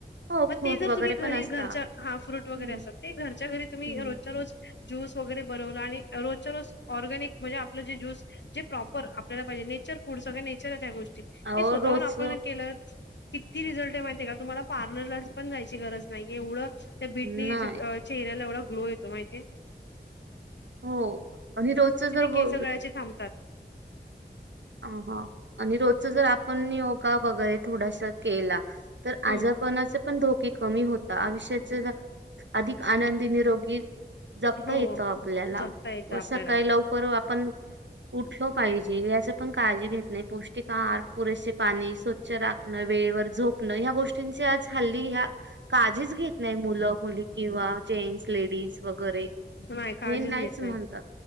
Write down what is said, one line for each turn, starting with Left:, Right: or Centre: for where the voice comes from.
Right: हो फ्रूट
Left: मग ते जर
Right: वगैरे
Left: तुम्ही घरी
Right: पण असता
Left: घरच्या हा फ्रूट वगैरे
Right: हम्म
Left: असल ते घरच्या घरी तुम्ही
Right: हम्म.
Left: रोजच्या रोज ज्यूस वगैरे बनवल आणि रोजच्या रोज ऑर्गॅनिक म्हणजे आपल जे ज्यूस जे प्रॉपर आपल्याला पाहिजे नेचर फूड सगळ्या नेचरच्या्या गोष्टी
Right: अहो
Left: ते स्वतःहून
Right: रोज
Left: आपण केलं किती रिझल्ट माहिती ये का तुम्हाला पार्लरला पण जायची गरज नाही एवढ त्या बीटनी
Right: नाही
Left: जे चेहऱ्याला एवढा ग्लो येतो माहितीेये?
Right: हो आणि रोजच जर
Left: केस
Right: ब
Left: गळायचे थांबतात.
Right: अ हा आणि रोजच जर आपण योगा वगैरे थोडासा केला तर
Left: हम्म
Right: आजारपणाचे पण धोके कमी होता आयुष्याचे अधिक आनंदी निरोगी जपता
Left: हो
Right: येत आपल्याला
Left: जगता येतं
Right: व
Left: आपल्याला
Right: सकाळी लवक आपण उठलो पाहिजे या पण काळजी घेत नायी पौष्टिक आहार पुरेसे पाणी स्वच्छ राखण वेळेवर झोप ह्या गोष्टींची आज हल्ली ह्या काळजीच घेत नाही मुलं मुली किंवा जेंट्स लेडीज वगैरे
Left: नाही काळजीच
Right: हे नाहीच
Left: घेत
Right: म्हणतात
Left: नाही.